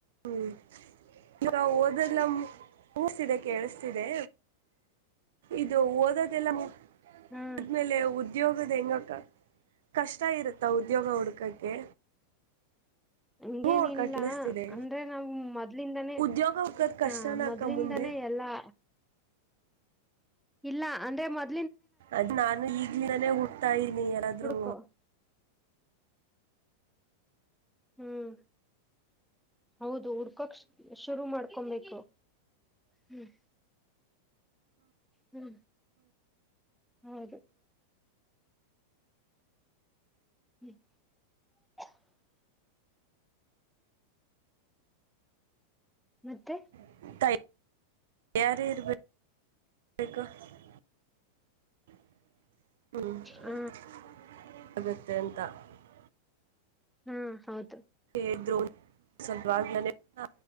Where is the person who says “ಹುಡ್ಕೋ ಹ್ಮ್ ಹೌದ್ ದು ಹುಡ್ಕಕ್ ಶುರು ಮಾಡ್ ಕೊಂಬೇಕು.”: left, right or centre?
Centre